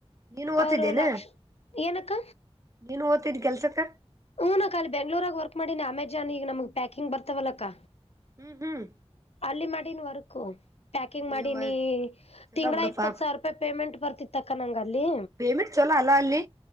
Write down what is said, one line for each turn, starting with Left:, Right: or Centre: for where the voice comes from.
Right: ನೀನು ಓತಿದ್ದೇನೆ
Left: ಅವರು ಲಕ್ಷ ಏನಕ್ಕ
Right: ನೀನು ಒತ್ತಿದೆ ಕೆಲ್ಸಕ್ಕ
Left: ಹುನಕ್ಕ ಬೆಂಗ್ಳೂರಾಗ ವರ್ಕ್ ಮಾಡೀನಿ ಅಮೆಜಾನ್ ಈಗ ನಮ್ಗ್ ಪ್ಯಾಕಿಂಗ್ ಬರ್ತವಲ್ಲಕ್ಕ
Right: ಹ್ಮ್ ಹ್ಮ್
Left: ಅಲ್ಲಿ ಮಾಡಿನಿ ವರ್ಕು ಪ್ಯಾಕಿಂಗ್ ಮಾಡಿನಿ
Right: ಇವ ಚಲೋ
Left: ತಿಂಗಳ
Right: ಬಿಡು
Left: ಇಪ್ಪತ್
Right: ಪಾಪ
Left: ಸಾವಿರ ರೂಪಾಯಿ ಪೇಮೆಂಟ್ ಬರ್ತಿತ್ತ ಅಕ್ಕ ನಂಗಲ್ಲಿ
Right: <unintelligible> ಚಲೋ ಅಲ್ಲ ಅಲ್ಲಿ